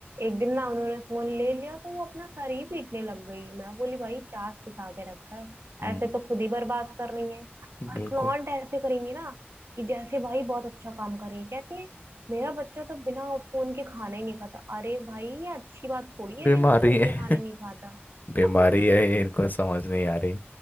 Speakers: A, on the right; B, on the left.
A: एक दिन ना उन्होंने फोन ले लिया तो वो अपना सर ही पीटने लग गई मैं बोली भाई क्या सिखा के रखा है
B: हम्म
A: ऐसे तो खुद ही बर्बाद कर रही है और
B: बिल्कुल
A: फ्लॉन्ट ऐसे करेंगी ना कि जैसे भाई बहुत अच्छा काम कर रही है कहती है मेरा बच्चा तो बिना फोन के खाना ही नहीं खाता अरे भाई ये अच्छी बात थोड़ी है
B: बीमारी
A: बिना फोन
B: है
A: के खाना नहीं खाता
B: <laughs> बीमारी
A: <laughs>
B: है ये इनको समझ नहीं आ रही